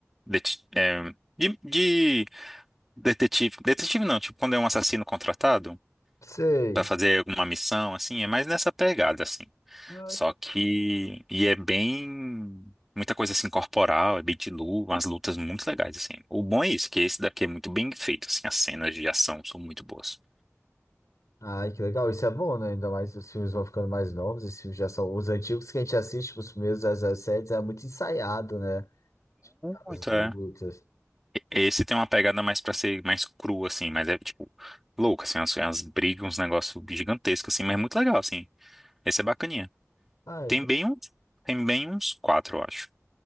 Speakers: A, in the centre; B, on the left.
A: det- é, de, de detetive. Detetive não, tipo quando é um assassino contratado
B: Sei.
A: para fazer alguma missão, assim, é mais nessa pegada, assim.
B: Ah,
A: Só que e é bem muita coisa assim corporal, é bem de luta, umas lutas muito legais assim. O bom é isso, que esse daqui é muito bem feito, assim, as cenas de ação são muito boas.
B: Ai, que legal, isso é bom, né? Ainda mais os filmes vão ficando mais novos, esses filmes já são os antigos que a gente assiste, tipo, os primeiros das das séries é muito ensaiado, né?
A: Muito,
B: As lutas.
A: é. Esse tem uma pegada mais pra ser mais cru, assim, mas é, tipo, louco, assim, umas, umas brigas, uns negócios gigantescos, assim, mas é muito legal, assim. Esse é bacaninha.
B: Ah, acho-
A: Tem bem uns, tem bem uns quatro, eu acho.